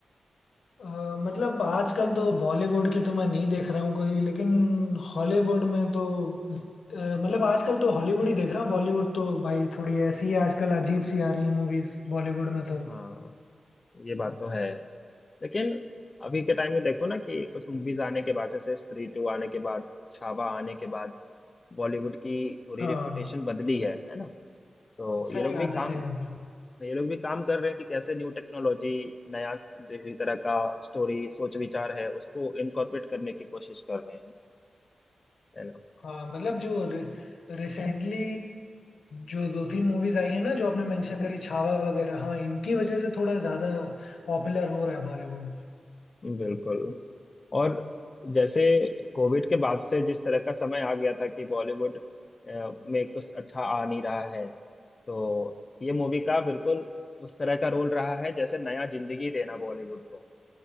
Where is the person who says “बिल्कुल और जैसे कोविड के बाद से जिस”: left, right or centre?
Left